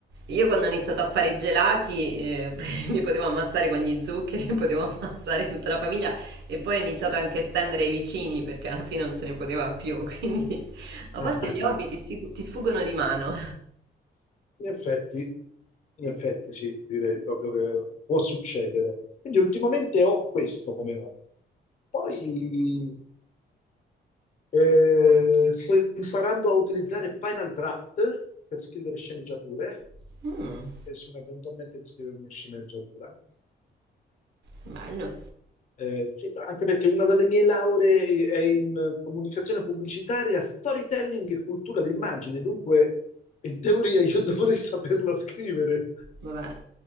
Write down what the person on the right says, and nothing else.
io quando ho iniziato a fare i gelati eh, <laughs> mi potevo ammazzare con gli zuccheri, <laughs> potevo ammazzare tutta la famiglia e poi ho iniziato anche a estendere ai vicini perché alla fine non se ne poteva più, <laughs> quindi a
volte gli hobby ti sfigu- ti sfuggono di mano.
<laughs> Mm,
bello.
Vabbè,